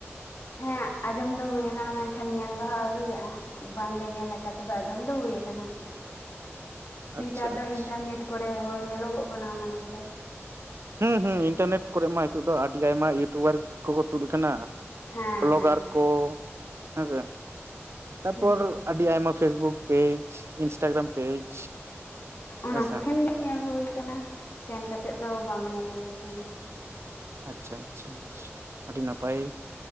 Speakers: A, on the left; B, on the right.
A: ᱦᱮᱸ ᱟᱸᱡᱚᱢ ᱫᱚ ᱦᱩᱭ ᱟᱠᱟᱱᱟ ᱢᱮᱱᱠᱷᱟᱱ ᱧᱮᱞ ᱫᱚ ᱦᱟᱜ ᱟᱹᱣᱨᱤᱭᱟᱜ-ᱟ᱾ ᱵᱟᱝᱞᱮ ᱧᱮᱞ ᱟᱠᱟᱫᱟ᱾ ᱛᱚᱵᱮ ᱟᱸᱡᱚᱢ ᱫᱚ ᱦᱩᱭ ᱟᱠᱟᱱᱟ᱾ ᱱᱮᱛᱟᱨ
B: ᱟᱪᱪᱷᱟ
A: ᱫᱚ
B: ᱟᱪᱪᱷᱟ
A: ᱤᱱᱴᱟᱨᱱᱮᱴ ᱠᱚᱨᱮ ᱦᱚᱸ ᱧᱮᱞᱚᱜᱚᱜ ᱠᱟᱱᱟ ᱚᱱᱟ ᱠᱚᱫᱚ᱾
B: ᱦᱩᱸ ᱦᱩᱸ ᱤᱱᱴᱟᱨᱱᱮᱴ ᱠᱚᱨᱮ ᱢᱟ ᱱᱤᱛᱚᱜ ᱫᱚ ᱟᱹᱰᱤ ᱟᱭᱢᱟ ᱤᱭᱩᱴᱩᱵᱟᱨ ᱠᱚᱠᱚ ᱛᱩᱫ ᱟᱠᱟᱱᱟ᱾
A: ᱦᱮᱸ
B: ᱵᱞᱚᱜᱟᱨ
A: ᱦᱮᱸ
B: ᱠᱚ ᱦᱮᱸᱥᱮ ᱛᱟᱯᱚᱨ
A: ᱦᱩᱸ
B: ᱟᱹᱰᱤ ᱟᱭᱢᱟ ᱯᱷᱮᱥᱵᱩᱠ ᱠᱚ ᱯᱮᱡᱽ ᱤᱱᱥᱴᱟᱜᱟᱨᱟᱢ ᱯᱮᱡᱽ᱾
A: ᱚᱱᱟ
B: ᱦᱮᱸᱥᱮ
A: ᱠᱚ ᱠᱷᱚᱱ ᱜᱮ ᱧᱮᱞ ᱦᱩᱭ ᱟᱠᱟᱱᱟ᱾ ᱥᱮᱱ ᱠᱟᱛᱮᱫ ᱫᱚ ᱵᱟᱝ ᱧᱮᱞ ᱦᱩᱭ ᱟᱠᱟᱱᱟ᱾
B: ᱟᱪᱪᱷᱟ ᱟᱪᱪᱷᱟ ᱟᱪᱪᱷᱟ ᱟᱹᱰᱤ ᱱᱟᱯᱟᱭ᱾